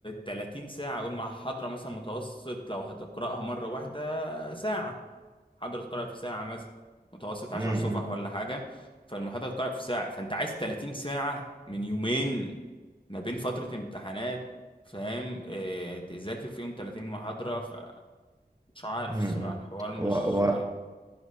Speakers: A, on the left (about 30°); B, on the right (about 20°).
A: 30 ساعة اقول مع حضرة مثلا متوسط لو هتقرأها مرة واحدة ساعة حضرة تقرأ في ساعة مثلا متوسط 10
B: امم
A: صفح ولا حاجة فالمحاضرة تقرأ في ساعة فانت عايز 30 ساعة من يومين ما بين فترة امتحانات فاهم اه تذاكر فيهم 30 محاضرة فمش عارف
B: امم
A: الصراحة الحوار مش
B: هو هو